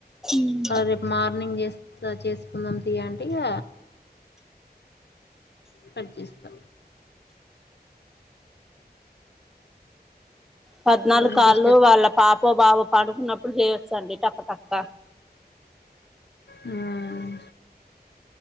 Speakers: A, in the centre; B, on the left.
A: మ్మ్
B: రేపు మార్నింగ్ చేస్తా చేసుకుందాం తీయంటే ఇగ కట్ చేస్తా
A: పద్నాలుగు
B: ఎవరిని
A: కాళ్ళు
B: డిస్టర్బ్
A: వాళ్ళ పాపో బాబో పండుకున్నప్పుడు చేయొచ్చండి టక టక్క
B: మ్మ్